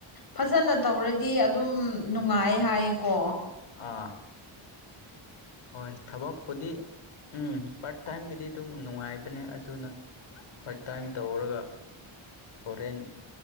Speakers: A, on the left; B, on the left.
A: ꯐꯖꯅ ꯇꯧꯔꯗꯤ ꯑꯗꯨꯝ ꯅꯨꯡꯉꯥꯏ ꯍꯥꯏꯌꯦꯀꯣ
B: ꯑꯥ ꯍꯣꯏ ꯊꯕꯛꯄꯨꯗꯤ ꯎꯝ ꯄꯥꯔꯠ ꯇꯥꯏꯝꯒꯤꯗꯤ ꯑꯗꯨꯝ ꯅꯨꯡꯉꯥꯏꯕꯅꯦ ꯑꯗꯨꯅ ꯐꯔꯠ ꯇꯥꯏꯝ ꯇꯧꯔꯒ ꯍꯣꯔꯦꯟ